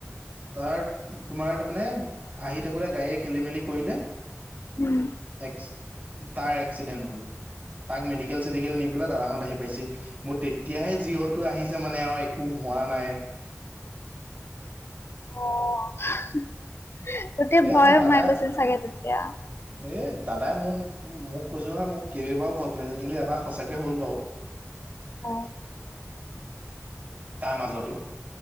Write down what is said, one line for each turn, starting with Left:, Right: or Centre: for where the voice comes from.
Right: তাৰ তোমাৰ তাৰ মানে আহি থাকোঁতে গাড়ীয়ে খেলি মেলি কৰিলে। <unintelligible>
Left: উম! <inaudible>
Right: এক্স তাৰ এক্সিডেণ্ট হল তাক মেডিকেল-চেডিকেল নি পেলাই দাদাহঁত আহি পাইছে <inaudible> মোৰ তেতিয়াহে জিৱতো আহিছে মানে আৰু একো হোৱা নাই। <unintelligible>
Left: অঁ! <unintelligible> গোটেই
Right: এই
Left: ভয়
Right: আমাৰ
Left: সোমাই
Right: দাদাই
Left: গৈছিল চাগে তেতিয়া?
Right: এ দাদাই মোক-মোক কৈছো নহয় মোক কেইবাৰো ভয় খুৱাইছে। কিন্তু এবাৰ সঁচাকে হ'ল বাৰু। <unintelligible>
Left: অঁ। <inaudible>
Right: তাৰ মাজতো